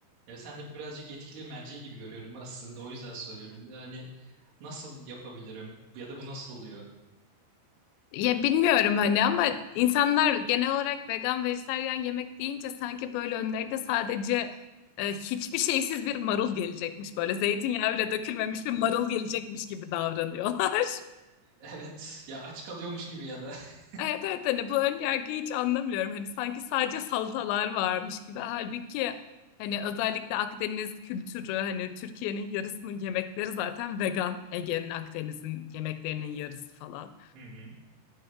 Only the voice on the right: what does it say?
Ya sen de birazcık yetkili merci gibi görüyorum <laughs> aslında. O yüzden soruyorum. Yani nasıl yapabilirim? Ya da bu nasıl oluyor? <laughs>
Evet. Ya aç kalıyormuş gibi ya da. <laughs>
Hı hı.